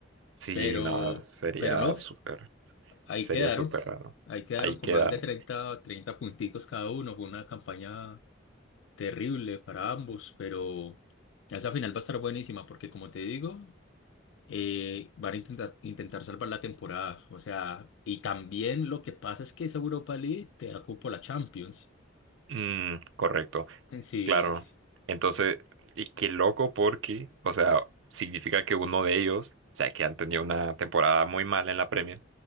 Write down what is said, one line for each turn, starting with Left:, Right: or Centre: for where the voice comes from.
Right: Sí,
Left: pero,
Right: no, sería
Left: pero no,
Right: súper,
Left: Ahí
Right: sería
Left: quedaron,
Right: súper raro.
Left: ahí quedaron
Right: Ahí
Left: con
Right: quedaron.
Left: más de treinta, treinta punticos cada uno. Fue una campaña terrible para ambos, pero esa final va a estar buenísima porque, como te digo, eh, van a intentar, intentar salvar la temporada. O sea, y también lo que pasa es que esa Europa League te da cupo a la Champions.
Right: Mm, correcto,
Left: Sí,
Right: claro. Entonces, y qué loco porque, o sea, significa que uno de ellos, o sea, que han tenido una temporada muy mala en la Premier,